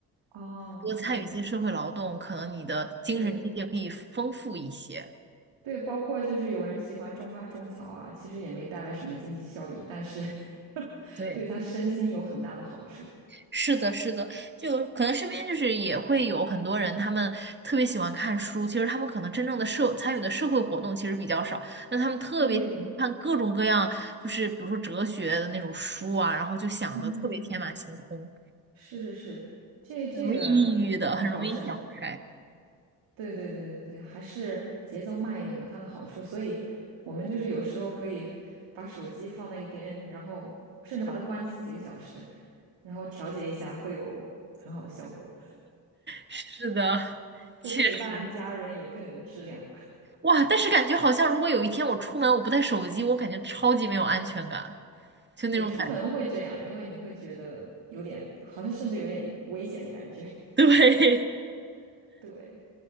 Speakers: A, on the right; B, on the right.
A: 哦，
B: 多参与一些社会劳动，
A: 对
B: 可能你的精神世界可以丰富一些。
A: 对对，包括就是有人喜欢种花种草啊，其实也没带来什么经济效益，但是 <laughs>
B: 对。
A: 对他身心有很大的好处。
B: 是的，是的，就可能身边就是也会有很多人，他们特别喜欢看书，其实他们可能真正的社参与的社会活动其实比较少，但他们特别喜欢看各种各样，
A: 对，
B: 就是比如说哲学的那种书啊，然后就想的特别天马行空，
A: 嗯。是是是，这这个很高深，
B: 很容易抑郁的，很容易想不开。
A: 对对对对对，还是节奏慢一点有它的好处，所以我们就是有时候可以把手机放在一边，然后甚至把它关机几个小时，然后调节一下，会有很好的效果，
B: 是的，
A: 就陪伴家人也更有质量。
B: 确实，哇，但是感觉好像如果有一天我出门我不带手机，我感觉超级没有安全感，就那种感觉。
A: 对，出门会这样，因为你会觉得有点，好像甚至有点危险的感觉。
B: 对，
A: <laughs> 对，